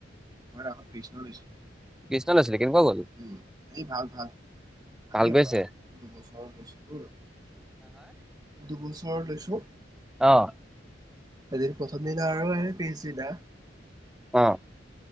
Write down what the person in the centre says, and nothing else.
কৃষ্ণ লৈছিলি কেনেকুৱা গ'ল
ভাল গৈছে
অহ।
অ'।